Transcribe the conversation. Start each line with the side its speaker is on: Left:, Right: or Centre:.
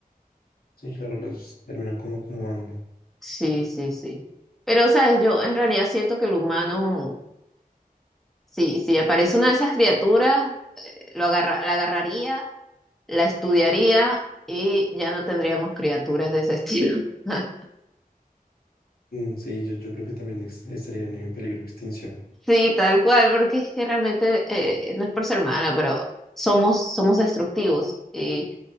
Left: Sí, claro, las terminan como acomodando.
Centre: Sí, sí, sí. Pero, ¿sabes? Yo en realidad siento que el humano, sí, si aparece una de esas criaturas, lo agarra, la agarraría, la estudiaría y ya no tendríamos criaturas de ese estilo. <laughs>
Left: Mm, sí, yo, yo creo que también es- estarían en peligro de extinción.
Centre: Sí, tal cual, porque es que realmente eh, no es por ser mala, pero somos, somos destructivos y,